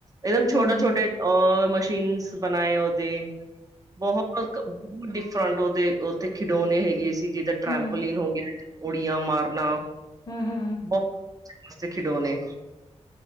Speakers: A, on the right; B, on the left.
A: ਇੱਕਦਮ
B: ਹੂੰ
A: ਛੋਟੇ ਛੋਟੇ ਆ ਮਸ਼ੀਨਸ ਬਣਾਏ ਦੇ ਬਹੁਤ ਬਹੁਤ ਡਿਫਰੰਟ ਉਹਦੇ ਉੱਥੇ ਖਿਡੌਣੇ ਹੈਗੇ ਸੀ। ਜਿੱਦਰ ਟਰੈਂਪਲੀਨ
B: ਹੂੰ
A: ਹੋ ਗਿਆ ਉੜੀਆਂ ਮਾਰਨਾ।
B: ਹੂੰ-ਹੂੰ,
A: ਬਹੁਤ ਖਿਡੌਣੇ।